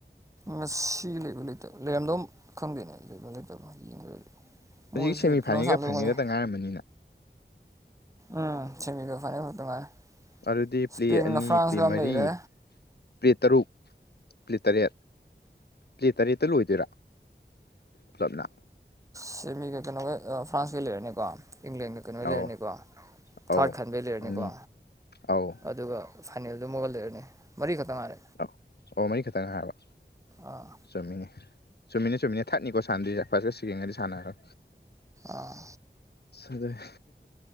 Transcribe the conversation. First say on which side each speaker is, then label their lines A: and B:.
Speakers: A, on the right; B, on the left.
A: ꯉꯁꯤ ꯂꯩꯕ ꯂꯩꯇꯕ ꯂꯩꯔꯝꯗꯧ ꯈꯪꯗꯦꯅꯦ ꯂꯩꯕ ꯂꯩꯇꯕ ꯌꯦꯡꯗ꯭ꯔꯗꯤ
B: ꯍꯧꯖꯤꯛ
A: ꯃꯣꯏꯁꯦ
B: ꯁꯦꯃꯤ
A: ꯀꯩꯅꯣ
B: ꯐꯥꯏꯅꯦꯜꯒ
A: ꯁꯥꯟꯗꯣꯑꯣꯏꯔꯝꯒꯅꯤ
B: ꯐꯥꯏꯅꯦꯜꯒꯗ ꯉꯥꯏꯔꯝꯃꯅꯤꯅ
A: ꯎꯝ ꯁꯤꯃꯤꯒ ꯐꯥꯏꯅꯦꯜ ꯒ ꯈꯛꯇꯥ ꯉꯥꯏꯔꯦ
B: ꯑꯗꯨꯗꯤ
A: ꯏꯁꯄꯦꯟꯒ
B: ꯄꯂꯦ ꯑꯅꯤ
A: ꯐ꯭ꯔꯥꯟꯁꯀ
B: ꯄꯂꯦ
A: ꯑꯃ
B: ꯃꯔꯤ
A: ꯂꯩꯔꯦ
B: ꯄꯂꯦ ꯇꯔꯨꯛ ꯄꯂꯦ ꯇꯔꯦꯠ ꯄꯂꯦ ꯇꯔꯦꯠꯇ ꯂꯣꯏꯗꯣꯏꯔꯥ ꯄꯨꯂꯞꯅ
A: ꯁꯤꯃꯤꯒ ꯀꯩꯅꯣꯒ ꯐ꯭ꯔꯥꯟꯁꯀꯤ ꯂꯩꯔꯅꯤꯀꯣ ꯏꯪꯂꯦꯟꯒ ꯀꯩꯅꯣ
B: ꯑꯧ
A: ꯂꯩꯔꯅꯤꯀꯣ
B: ꯑꯧ
A: ꯊꯥꯔꯠ ꯈꯟꯕꯩ ꯂꯩꯔꯅꯤꯀꯣ
B: ꯑꯅꯤ ꯑꯧ
A: ꯑꯗꯨꯒ ꯐꯥꯏꯅꯦꯜꯗꯣ ꯃꯥꯒ ꯂꯩꯔꯅꯤ ꯃꯔꯤꯈꯛꯇꯪ ꯉꯥꯏꯔꯦ
B: ꯑ ꯑꯣ ꯃꯔꯤꯈꯛꯇꯪꯅ ꯉꯥꯏꯔꯕ
A: ꯑꯥ
B: ꯆꯨꯝꯃꯤꯅꯦ ꯆꯨꯝꯃꯤꯅꯦ ꯆꯨꯝꯃꯤꯅꯦ ꯊꯔꯥꯠꯅꯤꯀꯣ ꯁꯥꯟꯅꯗꯣꯏꯁꯦ ꯐꯔꯁ ꯀꯥ ꯁꯦꯀꯦꯟꯒꯗꯤ ꯁꯥꯟꯅꯒꯔꯦ
A: ꯑꯥ
B: ꯑꯗꯨꯅꯤ